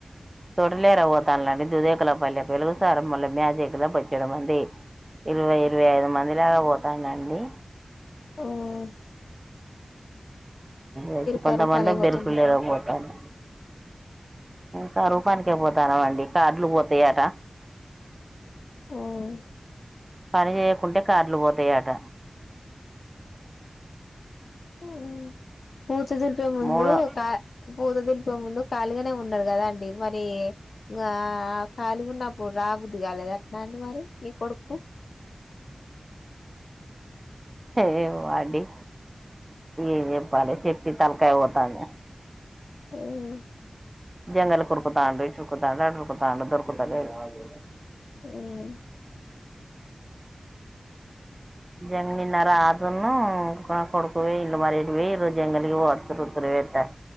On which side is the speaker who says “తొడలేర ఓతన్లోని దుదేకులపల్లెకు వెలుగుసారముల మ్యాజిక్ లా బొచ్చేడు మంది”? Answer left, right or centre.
Right